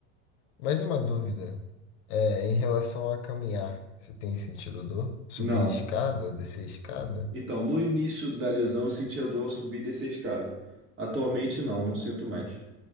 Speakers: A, on the left (about 65°); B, on the right (about 35°).
A: Mais uma dúvida. É, em relação a caminhar, você tem sentido dor? Subir
B: Não.
A: escada, descer escada?
B: Então, no início da lesão eu sentia dor ao subir e descer a escada. Atualmente não, não sinto mais.